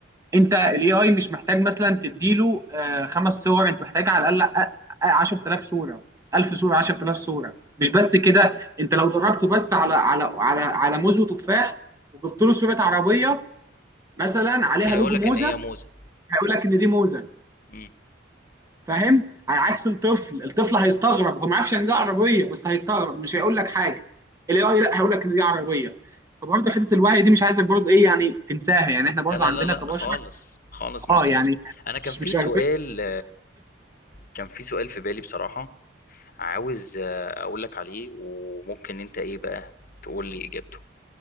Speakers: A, on the right (about 15°); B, on the left (about 50°).
A: انت الاي اي مش محتاج مثلا تديله آه، خمس صور انت محتاج على الاقل آه، آه، 10000 صوره 1000 صوره 10000 صوره مش بس كده انت لو دربته بس على على على على موز وتفاح وجبت له صوره عربيه مثلا عليها
B: ممكن يقول
A: لوجو
B: لك
A: موزه
B: ان هي موزه
A: هيقول لك ان دي موزه
B: مم.
A: فاهم على عكس الطفل الطفل هيستغرب هو ما يعرفش يعني ان ده عربيه بس هيستغرب مش هيقول لك حاجه الاي اي لا هيقول لك ان دي عربيه فبرضه حته الوعي دي مش عايزك برضه ايه يعني تنساها يعني احنا برضه
B: لا لا
A: عندنا
B: لا لا
A: كبشر
B: خالص خالص مش
A: اه
B: نسيب
A: يعني
B: انا كان
A: مش
B: في
A: مش
B: سؤال
A: أغبياء.
B: كان في سؤال في بالي بصراحه عاوز آه، اقول لك عليه وممكن انت ايه بقى تقول لي اجابته